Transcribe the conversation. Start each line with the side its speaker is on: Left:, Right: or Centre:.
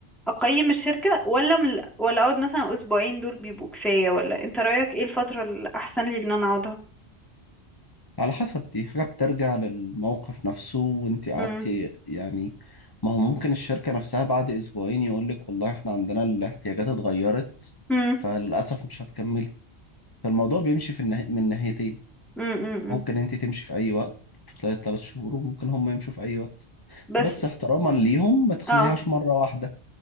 Centre: أقيم الشركة ولا من ولا أقعد مثلا أسبوعين دول بيبقوا كفاية ولا أنت رأيك إيه الفترة الأحسن لي إن أنا أقعدها
Left: على حسب دي حاجة بترجع للموقف نفسه وانت قعدتي
Centre: مم.
Left: يعني ما هو ممكن الشركة نفسها بعد أسبوعين يقولك والله احنا عندنا الاحتياجات اتغيرت
Centre: مم.
Left: فللأسف مش هتكملي فالموضوع بيمشي في النه... من ناحيتين
Centre: مم. مم. مم.
Left: ممكن انت تمشي في أي وقت خلال الثلاث شهور وممكن هم يمشوا في أي وقت
Centre: بس
Left: بس احتراما ليهم ما تخليهاش
Centre: اه
Left: مرة واحدة